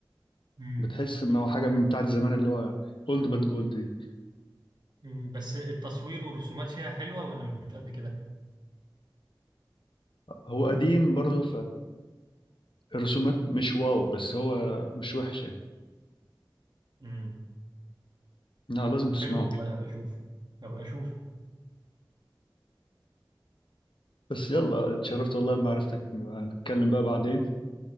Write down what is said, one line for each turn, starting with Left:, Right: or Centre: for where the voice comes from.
Right: مم.
Left: بتحس ان هو حاجة من بتاعت زمان اللي هو اولد باد جولد دي
Right: مم، بس التصوير والرسومات فيها حلوة ولا مش قد كده؟
Left: هو قديم برضه فالرسومات مش واو بس هو مش وحش يعني
Right: امم
Left: لا لازم تسمعه
Right: حلو والله هبقى اشوف هبقى اشوف
Left: بس يلا اتشرفت والله بمعرفتك نبقى نتكلم بقى بعدين